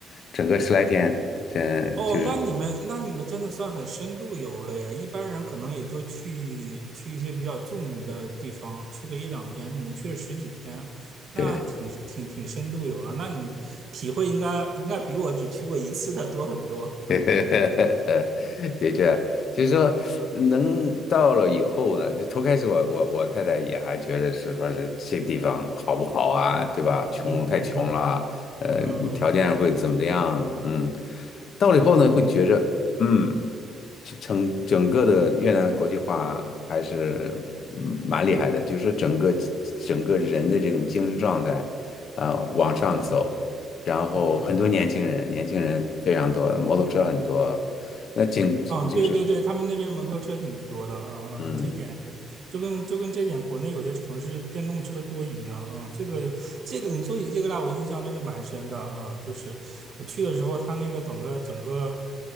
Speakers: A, on the left; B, on the right.
A: 整个十来天，真就是
B: 哦，那你们那你们真的算很深度游了呀，一般人可能也就去去一些比较著名的地方，去个一两天，你们去了十几天，那挺挺挺深度游了，
A: 对，
B: 那你体会应该应该比我只去过一次的多很多，
A: <laughs> 对，的确，就是说，能到了以后呢，就头开始我我我太太也还觉得是说是这地方好不好啊，对吧？
B: 嗯哼，
A: 穷太穷了，呃，
B: 嗯哼，
A: 条件会怎么样？嗯，到了以后呢，会觉着，嗯，整整个的越南的国际化还是嗯蛮厉害的，就是整个整个人的这种精神状态，啊、往上走。然后很多年轻人，
B: 嗯。
A: 年轻人非常多，摩托车很多，那景就是
B: 啊，对对对，他们那边摩托车挺多的，啊啊，
A: 嗯
B: 这点就跟就跟这点国内有些城市电动车多一样，嗯，这个这个你说起这个来，我印象真的蛮深的，啊，就是我去的时候，他那个整个整个